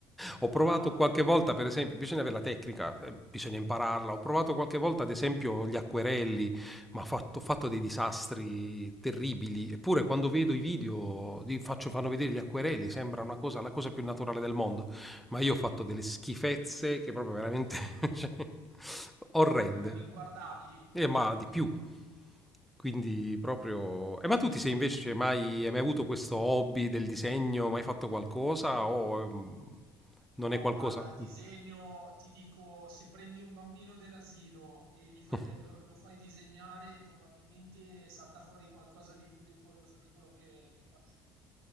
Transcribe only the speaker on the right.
Ah, ok.
Erano inguardabili.
No,
guarda, il disegno,
ti dico, se prendi un bambino dell'asilo e gli fai-
lo, lo fai disegnare, probabilmente salta fuori qualcosa di più decoroso di quello che, che faccio io.